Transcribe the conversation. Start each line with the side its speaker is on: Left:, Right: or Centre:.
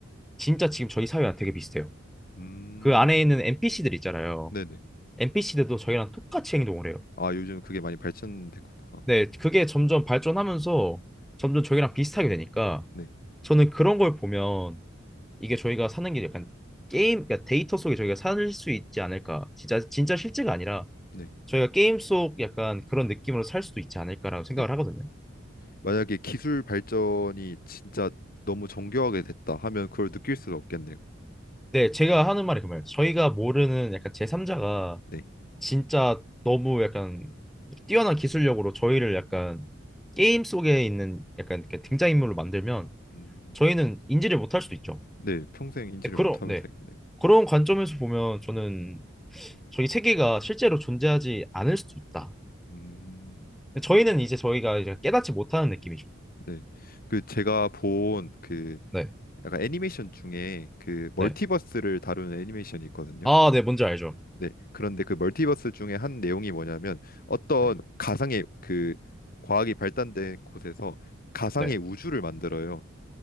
Centre: 진짜 지금 저희 사회랑 되게 비슷해요.
Left: 음,
Centre: 그 안에 있는 NPC들 있잖아요.
Left: 네, 네.
Centre: NPC들도 저희랑 똑같이 행동을 해요.
Left: 아, 요즘 그게 많이 발전됐구나.
Centre: 네, 그게 점점 발전하면서 점점 저희랑 비슷하게 되니까
Left: 네,
Centre: 저는 그런 걸 보면 이게 저희가 사는 게 약간 게임, 그러니까 데이터 속에 저희가 살 수 있지 않을까. 진짜, 진짜 실제가 아니라
Left: 네,
Centre: 저희가 게임 속 약간 그런 느낌으로 살 수도 있지 않을까라고 생각을
Left: 네.
Centre: 하거든요.
Left: 만약에 기술 발전이 진짜 너무 정교하게 됐다 하면 그걸 느낄 수가 없겠네요.
Centre: 네, 제가 하는 말이 그 말이에요. 저희가 모르는 약간 제3자가
Left: 네.
Centre: 진짜 너무 약간 뛰어난 기술력으로 저희를 약간 게임 속에 있는 약간 그 등장인물로 만들면
Left: 음,
Centre: 저희는 인지를 못할 수도 있죠.
Left: 네, 평생 인지를
Centre: 네, 그런
Left: 못하면
Centre: 네
Left: 살겠네요.
Centre: 그런 관점에서 보면 저는 저희 세계가 실제로 존재하지 않을 수도 있다.
Left: 음,
Centre: 저희는 이제 저희가 이제 깨닫지 못하는 느낌이죠.
Left: 네. 그 제가 본 그
Centre: 네,
Left: 약간 애니메이션 중에 그 멀티버스를
Centre: 네.
Left: 다루는 애니메이션이 있거든요.
Centre: 아, 네, 뭔지 알죠.
Left: 네. 그런데 그 멀티버스 중에 한 내용이 뭐냐면 어떤
Centre: 네,
Left: 가상의 그 과학이 발달된 곳에서 가상의
Centre: 네,
Left: 우주를 만들어요.